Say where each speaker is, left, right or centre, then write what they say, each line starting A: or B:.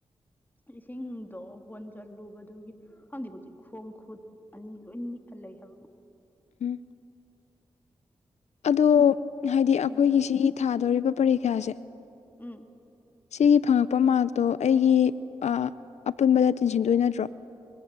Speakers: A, on the left; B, on the left.
A: ꯏꯁꯤꯡꯗꯣ ꯍꯣꯟꯖꯜꯂꯨꯕꯗꯨꯒꯤ ꯈꯪꯗꯦ ꯍꯧꯖꯤꯛ ꯈꯣꯡ ꯈꯨꯠ ꯑꯅꯤ ꯂꯣꯏ ꯅꯤꯛꯑ ꯂꯩ ꯍꯥꯏꯕ
B: ꯎꯝ ꯑꯗꯣ ꯍꯥꯏꯗꯤ
A: ꯎꯝ
B: ꯑꯈꯣꯏꯒꯤ‌ ꯁꯤꯒꯤ ꯊꯥꯗꯣꯔꯤꯕ ꯄꯔꯤꯈꯥꯁꯦ
A: ꯎꯝ
B: ꯁꯤꯒꯤ ꯐꯪꯉꯛꯄ ꯃꯥꯛꯇꯣ ꯑꯩꯒꯤ ꯑ ꯑꯄꯨꯟꯕꯗ ꯇꯤꯟꯁꯤꯟꯗꯣꯏ ꯅꯠꯇ꯭ꯔꯣ